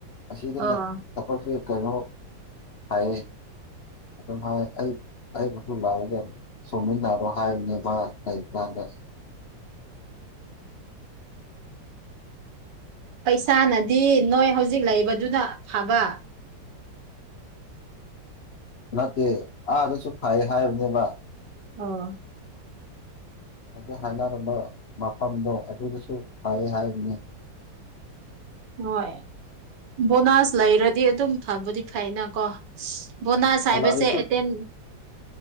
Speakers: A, on the left (about 75°); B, on the right (about 65°).
A: ꯑꯁꯤꯗꯅ
B: ꯑꯣ
A: <unintelligible> <unintelligible> ꯀ ꯀꯩꯅꯣ ꯍꯥꯏꯌꯦ ꯑꯗꯨꯝ ꯍꯥꯏ ꯑꯩ ꯑꯩꯕꯨꯁꯨ ꯂꯥꯎꯒꯦ ꯁꯣꯃꯤꯟꯅꯔꯣ ꯍꯥꯏꯕꯅꯦꯕ ꯃꯥ ꯂꯩꯒꯥꯟꯗ
B: ꯄꯩꯁꯥꯅꯗꯤ ꯅꯣꯏ ꯍꯧꯖꯤꯛ ꯂꯩꯕꯗꯨꯅ ꯐꯕ
A: ꯅꯠꯇꯦ ꯑꯥꯗꯁꯨ ꯐꯩ ꯍꯥꯏꯕꯅꯦꯕ
B: ꯑꯣ
A: ꯍꯥꯢꯐꯦꯠ ꯍꯥꯏꯅꯔꯝꯕ ꯃꯐꯝꯗꯣ ꯑꯗꯨꯗꯁꯨ ꯐꯩꯌꯦ ꯍꯥꯏꯕꯅꯤ
B: ꯍꯣꯏ ꯕꯣꯅꯥꯁ ꯂꯩꯔꯗꯤ ꯑꯗꯨꯝ ꯐꯕꯨꯗꯤ ꯐꯩꯅ ꯀꯣ ꯕꯣꯅꯥꯁ
A: ꯁꯂꯥꯔꯤꯁꯨ
B: ꯍꯥꯏꯕꯁꯦ ꯑꯦꯇꯦꯟ